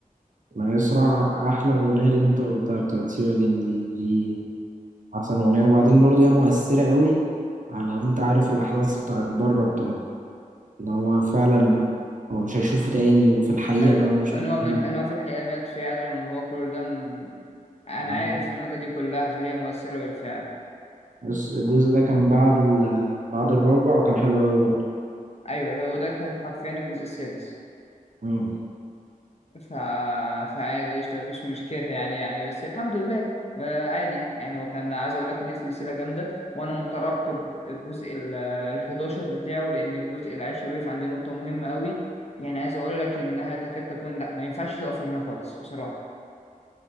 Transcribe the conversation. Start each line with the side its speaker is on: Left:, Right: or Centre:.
Right: ما يسرع احلى اغنيه اللي انت قلتها بتاعت سيا جن دي دي احسن اغنيه وبعدين برضه هي مؤثره قوي على لو انت عارف الاحداث بتاعت بره بتاعت ان هو فعلا هو مش هيشوفه تاني وفي الحقيقه
Left: ايوه
Right: كمان مش
Left: ان هو بالح...
Right: هيشوفه
Left: ان هو في الحقيقه مات فعلا وان هو كل ده م... انا
Right: تاني.
Left: عارف النقطه دي كلها فهي مؤثره بالفعل
Right: بس الجزء ده كان بعد ال... بعد الرابع وكان حلو قوي برضه
Left: ايوه هو ده كان حرفيا الجزء السادس
Right: امم
Left: ف... فعادي قشطه مفيش مشكله يعني يعني بس الحمد لله آه عادي يعني هو كان عايز اقول لك ان هي سلسله جامده وانا مترقب الجزء ال ال 11 بتاعه لان الجزء العاشر وقف عند نقطه مهمه قوي يعني عايز اقول لك انها تكاد تكون لا ما ينفعش تقف هنا خالص بصراحه